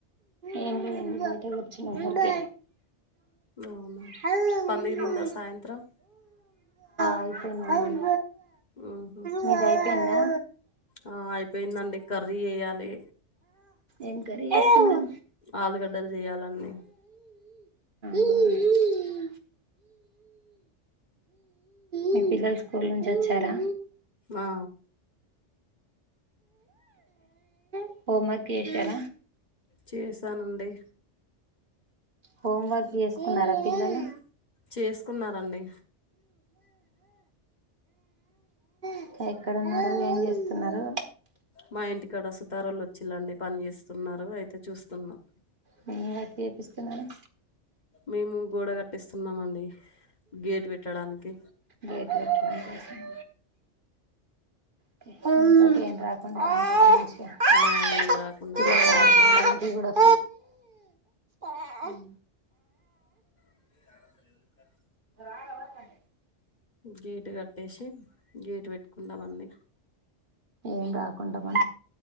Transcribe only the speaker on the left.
అవునా
పందిరిందా
సాయంత్రం
ఉహు.
ఆ, అయిపోయిందండి కర్రీ చేయాలి
ఆలుగడ్డలు చేయాలండి
ఆ.
చేశానండి.
చేసుకున్నారండి.
మా ఇంటికాడ సుతారలు వచ్చిలాండి పని చేస్తున్నారు అయితే చూస్తున్నాం.
మేము గోడ కట్టిస్తున్నామండి. గేట్ పెట్టడానికి.
ఆ, ఏమి రాకుండా కడుతున్నామండి
ఉ. చ
గేటు కట్టేసి గేటు పెట్టుకుంటాం అన్నీ.